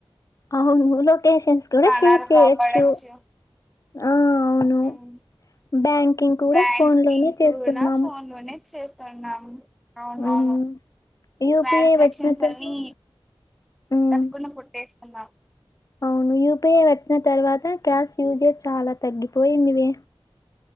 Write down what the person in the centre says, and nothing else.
ప్రాణాలు
కాపాడొచ్చు
ఉమ్.
బ్యాంకింగ్
కూడా ఫోన్ లోనే చేస్త్ స్తున్నాము అవునవును
ట్రాన్సాక్షన్స్
అన్నీ.
టక్కున కొట్టేస్తున్నాం